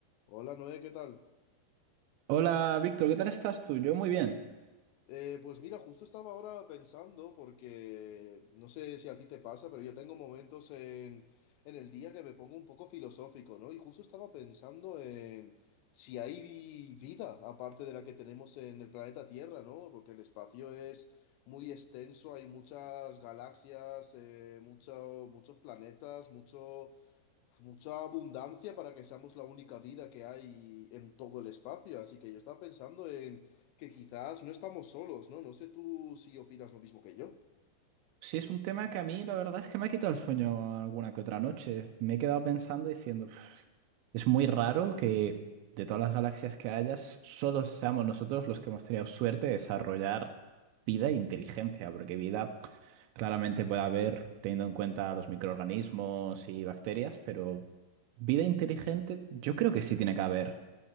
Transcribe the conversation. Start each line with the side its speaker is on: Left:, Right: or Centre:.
Left: Hola Noé, ¿qué tal?
Right: Hola Víctor, ¿qué tal estás tú? Yo muy bien.
Left: Eh, pues mira, justo estaba ahora pensando porque no sé si a ti te pasa, pero yo tengo momentos en, en el día que me pongo un poco filosófico, ¿no? Y justo estaba pensando en si hay vi- vida aparte de la que tenemos en el planeta Tierra, ¿no? Porque el espacio es muy extenso, hay muchas galaxias, eh, mucho- muchos planetas, mucho, mucha abundancia para que seamos la única vida que hay en todo el espacio. Así que yo estaba pensando en... que quizás no estamos solos, ¿no? No sé tú si opinas lo mismo que yo.
Right: Sí, es un tema que a mí la verdad es que me ha quitado el sueño alguna que otra noche. Me he quedado pensando diciendo, "Uf, es muy raro que de todas las galaxias que hayas, solo seamos nosotros los que hemos tenido suerte de desarrollar vida e inteligencia, porque vida claramente puede haber teniendo en cuenta los microorganismos y bacterias, pero vida inteligente yo creo que sí tiene que haber,